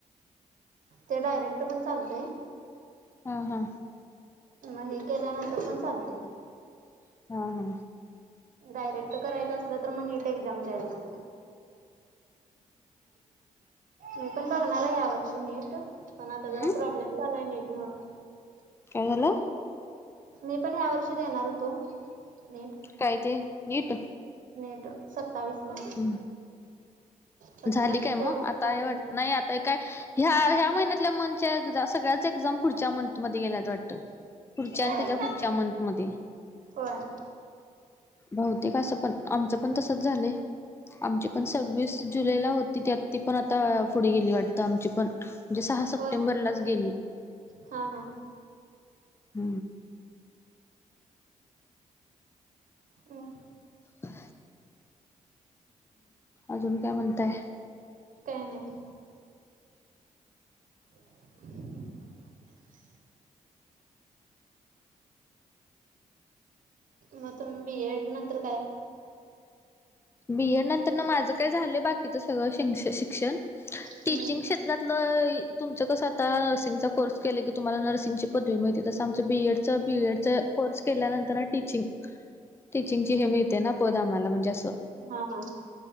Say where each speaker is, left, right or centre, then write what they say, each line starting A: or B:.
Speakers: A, on the right; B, on the left.
A: ते डायरेक्ट पण चालतय
B: हा हा
A: मग हे केल्यानंतर पण चालते
B: हा हा
A: डायरेक्ट करायचं असलं तर मग नीट एक्झाम द्यायला लागत मी पण बघणार आहे या वर्षी नीट पण
B: हम्म
A: आता जरा प्रॉब्लेम झाचालाय नीट मुळ
B: काय झालं
A: मी पण ह्या वर्षी येणार होतो नीट
B: काय ते नीट
A: नेट सत्तावीस ला
B: हम्म
A: पण
B: झाली
A: ते मध्येच
B: काय
A: चालू
B: मग आता हे वाटत
A: झाली
B: नाही आता काय ह्या ह्या महिन्याल्या मंथच्या सगळ्याच एक्झाम पुढच्या मंथ मध्ये गेल्यात वाटतं पुढच्या
A: होय
B: आणि त्याच्या पुढच्या मंतमध्ये
A: होय
B: बहतेिक असं पण आमचं पण तसच झालं आमची पण सववीस जुलैला होती त आत्ती पण आता पुढे गेली वाटत आमची पण म्हणजे सहा सप्टेंबरलाच
A: होय
B: गेली
A: हा हा
B: ह
A: मग
B: ह अजून काय म्हणताय
A: काय नाही ह मत बी एड नंतर काय
B: बीएड नंतर ना माझं काय झालंय बाकीच सगळं श शिक्षण टीचिंग
A: हम्म
B: केत तरतलं तुमचं कसं आता नर्सिंगचा कोर्स केले की तुम्हाला नर्सिंगची पदवी मिळतीते तसं आमचं बी एड बीएड कोर्स केल्यानंतर टीचिंग. टीचिंग ची हे मिळते ना पद आम्हाला म्हणजे असं
A: हा हा.